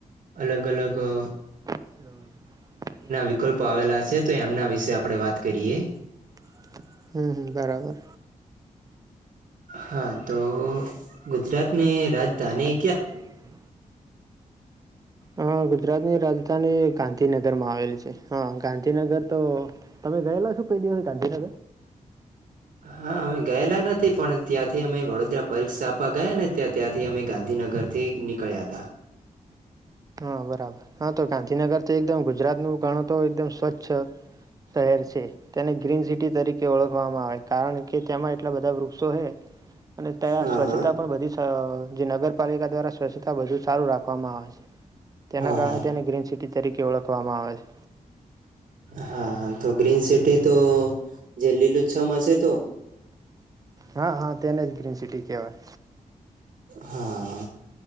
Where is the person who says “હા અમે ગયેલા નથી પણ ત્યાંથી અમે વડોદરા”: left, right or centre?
Right